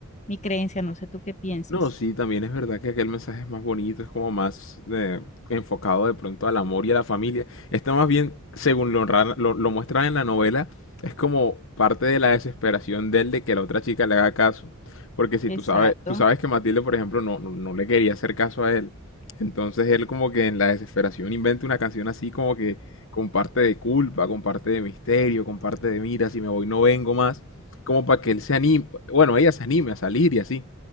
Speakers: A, on the left (about 35°); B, on the left (about 65°).
A: mi creencia, no sé tú qué piensas.
B: No, sí, también es verdad que aquel mensaje es más bonito, es como más eh, enfocado de pronto al amor y a la familia. Está más bien, según lo, ra- lo, lo muestran en la novela, es como parte de la desesperación de él de que la otra chica le haga caso. Porque si
A: Exacto.
B: tú sabes, tú sabes que Matilde, por ejemplo, no, no, no le quería hacer caso a él. Entonces él como que en la desesperación inventa una canción así como que con parte de culpa, con parte de misterio, con parte de mira, si me voy no vengo más, como para que él se anime, bueno, ella se anime a salir y así.